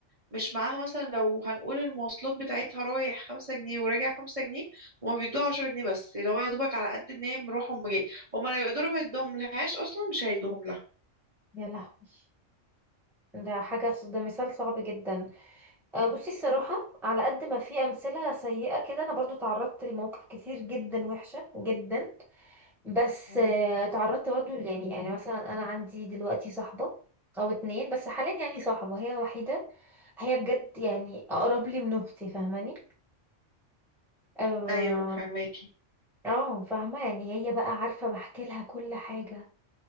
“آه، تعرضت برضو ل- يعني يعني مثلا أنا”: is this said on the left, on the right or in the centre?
Centre